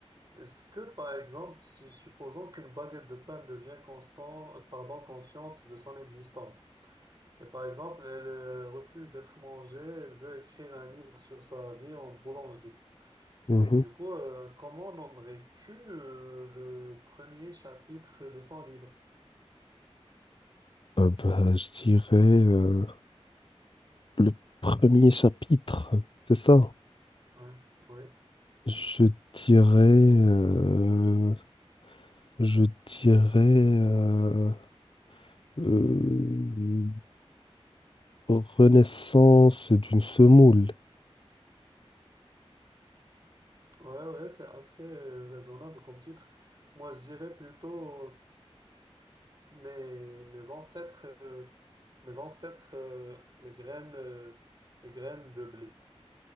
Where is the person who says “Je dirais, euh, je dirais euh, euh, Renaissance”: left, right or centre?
Left